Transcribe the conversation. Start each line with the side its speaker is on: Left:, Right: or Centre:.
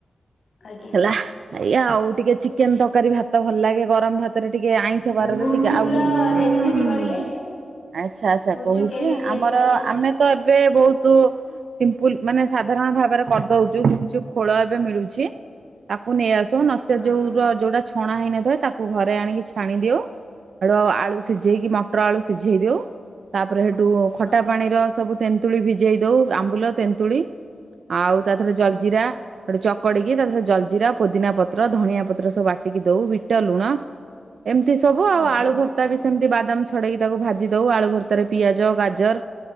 Left: ଆଜ୍ଞା।
Right: ହେଲା ଏଇଆ ଆଉ ଟିକେ ଚିକେନ ତରକାରୀ ଭାତ ଭଲ ଲାଗେ ଗରମ ଭାତରେ ଟିକେ ଆଇଁଷ ଷ ବାରରେ
Left: ଗୁପଚୁପ
Right: ଟିକେ ଆଉଛି
Left: ର
Right: ଚିକେନ।
Left: ରେସିପି କହିଲେ
Right: ଆଚ୍ଛା ଆଚ୍ଛା
Left: ଗୁପଚୁପ
Right: କହୁଛି
Left: କେମିତି ତିଆରି
Right: ଆମର
Left: କରାଯାଏ?
Right: ଆମେ ତ ଏବେ ବହୁତ ସିମ୍ପୁଲ ମାନେ ସାଧାରଣ ଭାବରେ କରିଦଉଛୁ ଗୁପଚୁପ୍ ଖୋଳ ଏବେ ମିଳୁଛି। ତାକୁ ନେଇ ଆସିବ ନଚେତ୍
Left: ହଁ
Right: ଯୋଉଗୁରା ଯୋଉଟା ଛଣା ହେଇନଥାଏ ତା ତାକୁ ଘରେ ଆଣିକି ଛାଣି ଦିଅଉ ଧର ଆଳୁ ସିଝେଇକି ମଟର ଆଳୁ ସିଝେଇ ଦିଅଉ ତାପରେ ସେଉଠୁ ଖଟା
Left: ହଁ
Right: ପାଣିର ସବୁ ତେନ୍ତୁଳି ଭିଜେଇ ଦଉ ଆମ୍ବୁଲ ତେନ୍ତୁଳି ଆଉ ତାଦେହେରେ
Left: ହୁଁ।
Right: ଜଲଜିିରା ସେଉଠୁ ଚକଡିକି ତାଦେହେରେ ଜଲଜିରା ପୋଦିନା ପତ୍ର ଧନିଆ ପତ୍ର ସବୁ ବାଟିକି ଦଉ ବିଟ ଲୁଣ ଏମିତି ସବୁ
Left: ହଁ
Right: ଆଉ ଆଳୁ କସ ତାବି ସେମିତି ବାଦାମ ଛଡେଇକି ତାକୁ ଭାଜି ଦଉ। ଆଳୁ ଭରତାରେ ପିଆଜ ଗାଜର